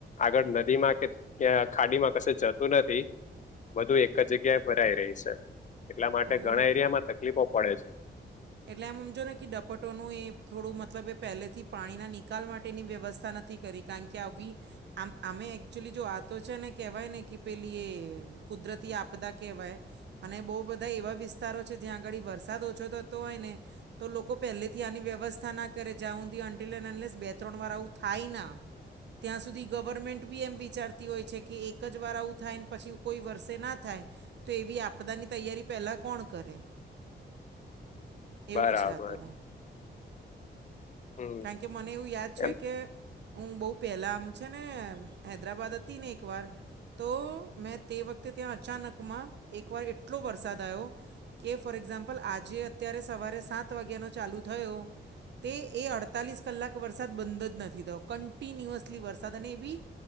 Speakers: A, on the left; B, on the right.
A: આગળ નદી માં કે ત્યા ખાડી માં કશે જતું નથી, બધું એક જ જગ્યાએ ભરાય રેય છે. એટલા માટે્
B: ઓ
A: ઘણા એરિયામાં તકલીફો પડે છે.
B: એટલે એમ હમજો ને, કે ડપટોનું એ થોડું મતલબ એ, પહેલેથી પાણીના નિકાલ માટેની વ્યવસ્થા નથી. -કરી કારણ કે આવી આમ આમે એકચુલી જો આતો છે ને, કહેવાય ને કે, પેલી એ- કુદરતી આપદા કહેવાય, અને બહુ બધા એવા વિસ્તારો છે, જ્યાં આગળ વરસાદ ઓછો તો- -તો એને- તો લોકો પહેલેથી આની વ્યવસ્થા ના કરે જ્યાં હુંધ બે ત્રણ વાર આવું થાય ના ત્યાં સુધી ગવર્મેન્ટ બી એમ વિચારતી હોય છે કે, એક જ વાર આવું થાય ને પછી કોઈ વર્ષે ના થાય! તો, એવી આપદાની તૈયારી પહેલાં કોણ કરે? એવું
A: બરાબર
B: છે આ તો,
A: હમ
B: કારણ કે મને એવું યાદ છે
A: એમ
B: કે- હું, બહુ પેલા આમ છે ને, હૈદરાબાદ હતી ને એક વાર- તો, મેં તે વખતે ત્યાં, અચાનકમાં એકવાર એટલો વરસાદ આવ્યો! -કે ફોર એક્ઝામ્પલ આજે, અત્યારે સવારે સાત વાગ્યાનો ચાલુ થયો- તે, એ અડતાલીસ કલાક વરસાદ બંધ જ નથી થયો. કન્ટિન્યુઅસલી વરસાદ અને એ બી-